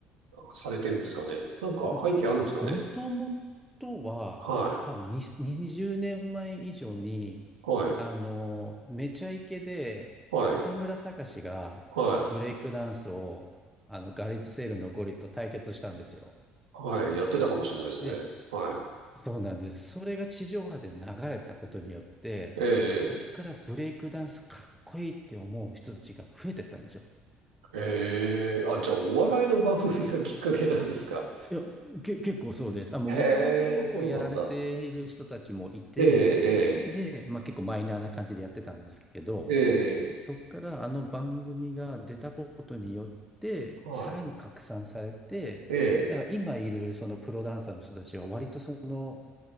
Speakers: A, on the right (about 70°); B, in the centre.
A: されてるんですかね。なんか背景あるんですかね。
B: なんか、もともとは、
A: はい。
B: 多分に20年前以上に、
A: はい。
B: あの、めちゃイケで、
A: はい。
B: 岡村隆史がブレイクダンスを、
A: はい。
B: あの、ガレージセールのゴリと対決したんですよ。
A: はい。やってたかもしれないですね。
B: で、
A: はい。
B: そうなんです。それが地上波で流れたことによって、
A: え
B: そっからブレイクダンスかっこいいって思う人たちが増えてったんですよ。
A: え、ええ、あ、じゃあお笑いの番組がきっかけなんですか。
B: いや、け、結構そうです。あ、もう元々こうやられている人たちもいて、
A: へえ、そうなんだ。ええ、
B: で、まあ、結構マイナーな感じでやってたんですけど、
A: ええ、ええ、
B: でそこからあの番組が出たことによって、
A: はい。
B: さらに拡散されて、
A: え
B: だから今いるそのプロダンサーの人たちは割とその